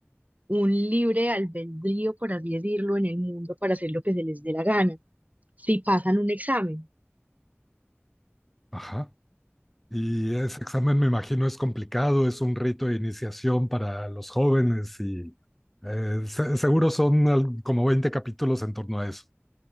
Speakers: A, on the right (about 35°); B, in the centre.
A: un libre albedrío, por así decirlo, en el mundo para hacer lo que se les dé la gana, si pasan un examen.
B: ajá. Y ese examen, me imagino, es complicado, es un rito de iniciación para los jóvenes y eh, se- seguro son al- como 20 capítulos en torno a eso.